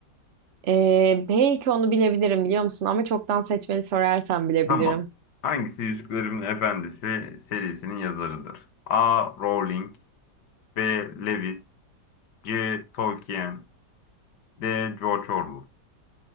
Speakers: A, on the right (about 50°); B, on the left (about 70°).
A: Ee, belki onu bilebilirim biliyor musun? Ama çoktan seçmeli sorarsan bilebilirim.
B: Tamam. Hangisi Yüzüklerin Efendisi serisinin yazarıdır? A. Rowling B. Lewis C. Tolkien D. George Orwell